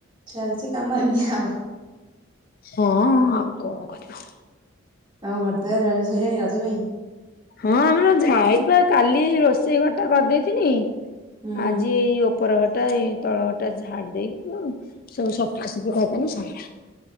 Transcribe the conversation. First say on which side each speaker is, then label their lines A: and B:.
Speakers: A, on the right; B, on the left.
A: ଚାଲିଚି କାମ ଏମିତି ଆଉ।
B: ହଁ, ଆଉ କଣ କରିବା।
A: ତମ ଘର ଦ୍ଵାରା ଝଡାଝଡି ସଇଲାଣି ରଜ ପାଇଁ?
B: ହଁ, ଆମର ଝାଇପ କାଲି ରୋଷେଇ ଘରଟା କରିଦେଇଥିନି।
A: ହୁଁ
B: ଆଜି ଏଇ ଉପ୍ ଉପର ଘରଟା ଏଇ ତଳ ଘରଟା ଝାଡି ଦେଇକିନି ସବୁ ସଫା ସୁଫି କରିଦେମି ସଇଲା।